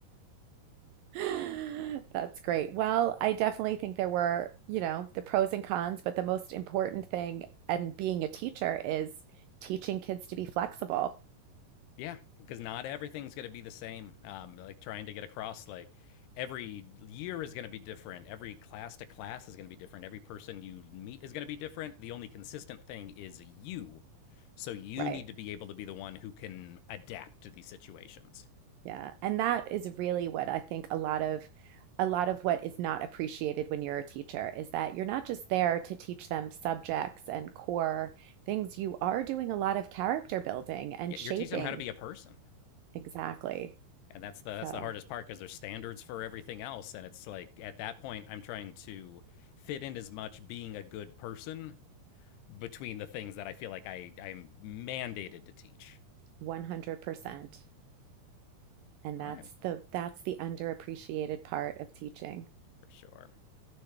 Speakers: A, on the right; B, on the left.
A: <laughs> That's great. Well, I definitely think there were, you know, the pros and cons, but the most important thing and being a teacher is teaching kids to be flexible.
B: Yeah, because not everything's going to be the same. Um, like trying to get across, like every year is going to be different. Every class to class is going to be different. Every person you meet is going to be different. The only consistent thing is you. So you
A: Right.
B: need to be able to be the one who can adapt to these situations.
A: Yeah, and that is really what I think a lot of a lot of what is not appreciated when you're a teacher is that you're not just there to teach them subjects and core things. You are doing a lot of character building and
B: Yeah,
A: shaping.
B: you're teaching them how to be a person.
A: Exactly.
B: And that's the that's
A: So,
B: the hardest part because there's standards for everything else and it's like at that point I'm trying to fit in as much being a good person between the things that I feel like I, I'm mandated to teach.
A: 100%. And
B: All
A: that's
B: right,
A: the that's the underappreciated part of teaching.
B: for sure.